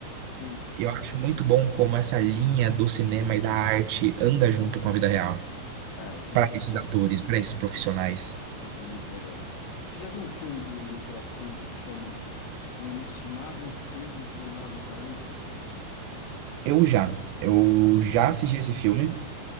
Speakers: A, on the left; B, on the right.
A: sim.
B: E eu acho muito bom como essa linha do cinema e da arte anda junto com a vida real,
A: É, isso é
B: pra
A: muito
B: esses
A: legal.
B: atores, pra esses profissionais.
A: Isso é muito legal. Você já viu um filme do Nicolas Cage que chama O Inestimável Peso de um Enorme Talento?
B: Eu já, eu já assisti esse filme,